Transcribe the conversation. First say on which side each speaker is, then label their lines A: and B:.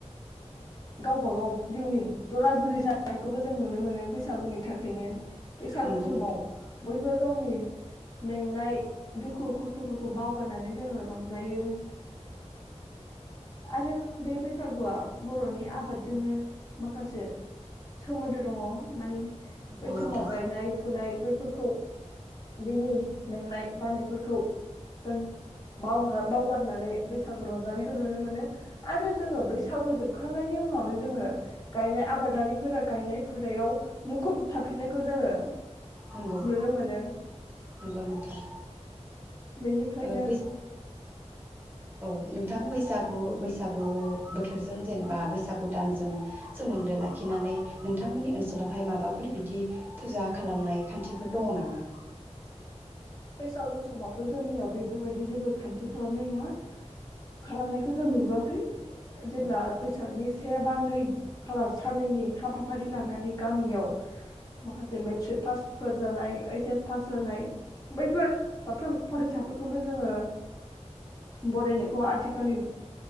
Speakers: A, on the left; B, on the right.
A: गावबा गाव जिउनि जरा जुलि जानायखौबो जों नुनो मोनो बैसागुनि थाखायनो। बैसागु
B: नंगौ
A: समाव
B: नोंथां
A: बयबो गावनि मेंनाय दुखु खस्थफोरखौ बावगारनानै जोङो रं बियो आरो बे बैसागुआ बरनि आबादजोंनो माखासे सोमोन्दो दङ माने
B: नंगौ
A: बै
B: नोंथां
A: समाव गायनाय फुनाय बै फोरखौ बिनि मेंनाय बानायफोरखौ गान बाउगार बावगारनानै बैसागु रंजानायखौ नुनो मोनो आरो जोङो बैसागु जोब खांनायनि उनावनो जोङो गायनाय आबादारिफोरा गायनाय फुनायाव मुखुब थाफिननायखौ जोङो
B: नंगौ
A: नुनो मोनो
B: नंगौ नोंथां
A: बेनिफ्रायनो
B: ओ बैस औ नोंथां बैसागु बैसाग गु बोथोरजों जेनेबा बैसागु दानजों सोमोन्दो लाखिनानै नोंथांमोननि ओनसोलावहाय माबाफोर बिदि फुजा खालामनाय खान्थिफोर दङ नामा
A: बैसागु समावथ जोंनियाव बेफोरबायदि जेबो खान्थि खालामनाय नङा खालामनायखौ जों नुबोआखै जेब्ला
B: औ
A: बैसागनि से बा नै खालार साननैनि हाबाफारि लानानै गामियाव माखासे मेट्रिक पासफोर जानाय ओइस एस पास जानाय बैफोर साफ्रोम फरायसाफोरखौनो जोङो बरायनायखौ आथिखालिन